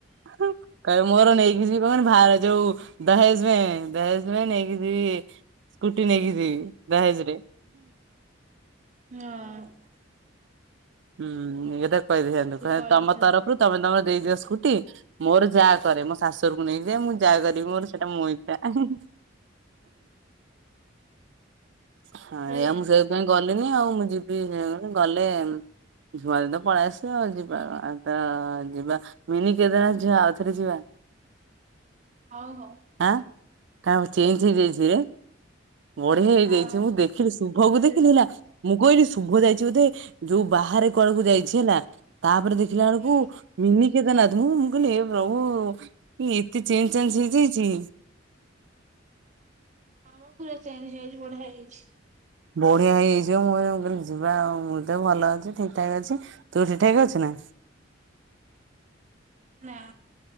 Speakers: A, on the right (about 65°); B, on the right (about 40°).
A: ହଁ କାଉ <unintelligible> ମୋର ନେଇକି ଯିବି ମାନେ ଭାର୍ ଯୋଉ ଦହେଜମେ ଦହେଜମେ ନେଇକି ଯିବି। ସ୍କୁଟି ନେଇକି ଯିବି ଦହେଜରେ।
B: ହଁଅଁ।
A: ହୁଁଉଁ, ଏଟା କହିବ ସେୟା ତାଙ୍କୁ
B: ସେ
A: କହିବ
B: କହିଲେ
A: ତମ
B: ସେ
A: ତରଫରୁ ତମେ ତମର ଦେଇଦିଅ ସ୍କୁ ଟି ମୋର ଯାହା କରେ, ମୋ ଶାଶୁ ଘରୁକୁ ନେଇକି ଯାଏ ମୁଁ ଯାହା କରିବି ମୋର ସେଟା ମେ ଇଛା। ହିଁ ହିଁ ହଁ
B: ସେଇଆ
A: ଏୟା ମୁଁ ସେଇତିପାଇଁ ଗଲିନି ଆଉ, ମୁଁ ଯିବି ଏଁ ଉଁ ଗଲେ ଉମ। ପହରଦିନ ପଳେଇ ଆସିବ, ଆଉ ଯିବା ଆ ତ ଅ ଯିବା ମିନି କେଦାରନାଥ ଝିଅ ଆଉଥରେ ଯିବା।
B: ହଉ ହଅ।
A: ଆଁ କାଉଁ ଚେଞ୍ଜ ହେଇ ଯାଇଛିରେ ବଢିଆ ହେଇଯାଇଛି।
B: ହଁ
A: ମୁଁ ଦେଖିଲି ଶୁଭକୁ
B: ପୁରୀ
A: ଦେଖିଲି
B: ଯାଇଥିଲି
A: ହେଲା। ମୁଁ କଇଲି ଶୁଭ ଯାଇଛି ବୋଧେ ଯୋଉ ବାହାରେ କୁଆଡୁକୁ ଯାଇଛି ହେଲା, ତାପରେ ଦେଖିଲା ଏଳୁକୁ
B: ହୁଁ
A: ମିନି କେଦାର୍ ନାଥ ମୁଁ ମୁଁ କଇଲି ହେ ପ୍ରଭୁ ଏତେ ଚେଞ୍ଜ ଚାଞ୍ଜ ହେଇଯାଇଚି।
B: ହଁ ବା ପୁରା ଚେଞ୍ଜ ହେଇଯାଇଚି ବଢିଆ ହେଇଯାଇଛି।
A: ବଢିଆ ହେଇଯାଇଛିବେ ମୁଁ କଇଁନି, ମୁଁ କଇଲି ଯିବା ଆଉ ମୁଁ ତ ଭଲ ଅଛି ଠିକ୍ ଠାକ୍ ଅଛି। ତୁ ଠିକ୍ ଠାକ୍ ଅଛୁ ନା।
B: ନା।